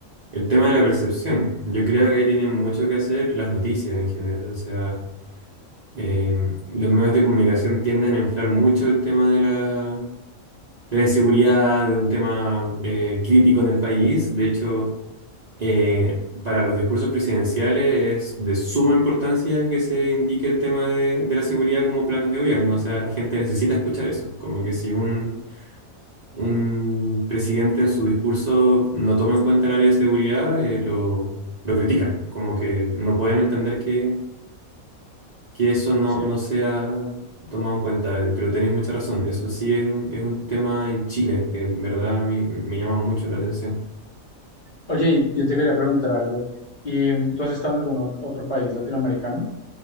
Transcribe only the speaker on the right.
el tema de la percepción. Yo creo que ahí tienen mucho que hacer las noticias en general, o sea, eh, los medios de comunicación tienden a inflar mucho el tema de la, de la inseguridad, de un tema eh, crítico en el país, de hecho... Eh, para los discursos presidenciales es de suma importancia que se indique el tema de, de la seguridad como planes de gobierno. O sea, la gente necesita escuchar eso. Como que si un, un presidente en su discurso no toma en cuenta el área de seguridad, eh, lo, lo critican. Como que no pueden entender que, que eso no,
no sea tomado en cuenta. Pero tenéis mucha razón. Eso sí es un, es un tema en Chile que en verdad a mí me llama mucho la atención.